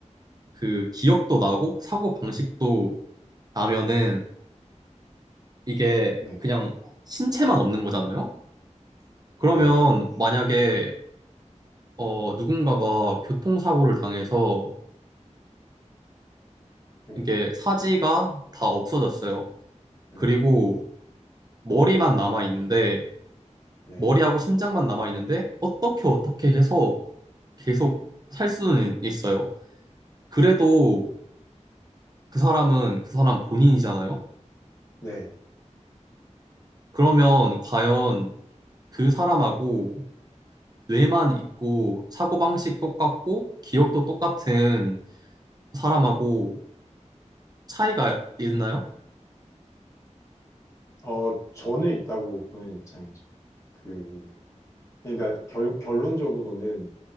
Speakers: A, on the right; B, on the left.
A: 그 기억도 나고 사고 방식도 나면은 이게
B: 네,
A: 그냥 신체만 없는 거잖아요.
B: 네,
A: 그러면 만약에 어, 누군가가 교통사고를 당해서
B: 네,
A: 이게 사지가 다 없어졌어요.
B: 네,
A: 그리고 머리만 남아 있는데
B: 네,
A: 머리하고 심장만 남아 있는데 어떻게 어떻게 해서 계속 살 수는 있어요. 그래도 그 사람은 그 사람 본인이잖아요.
B: 네.
A: 그러면 과연 그 사람하고 뇌만 있고 사고방식 똑같고 기억도 똑같은 사람하고 차이가 있나요?
B: 어, 저는 있다고 보는 입장이죠. 그, 그러니까 결, 결론적으로는